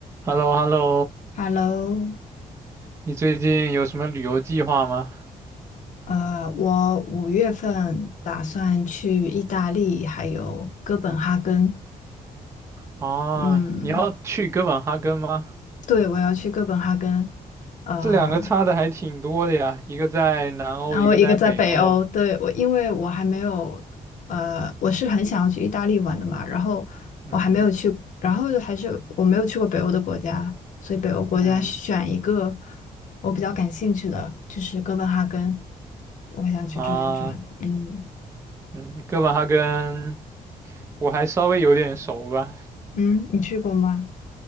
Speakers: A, on the right; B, on the left.
A: h e l l o h e l l o
B: Hello，
A: 你最近有什么旅游计划吗？
B: 呃，我五月份打算去意大利，还有哥本哈根。
A: 啊，
B: 嗯，
A: 你要去哥本哈根吗？
B: 对，我要去哥本哈根。呃，
A: 这两个差的还挺多的呀，一个在南欧，
B: 然后一个在北欧，
A: 一个在北欧。
B: 对，我，因为我还没有，呃，我是很想要去意大利玩的嘛，然后我还没有去，
A: 嗯
B: 然后还是我没有去过北欧的国家，所以北欧国家选一个
A: 嗯
B: 我比较感兴趣的，就是哥本哈根，我想去转一转。
A: 啊
B: 嗯
A: 嗯，哥本哈根我还稍微有点熟吧。
B: 嗯，你去过吗？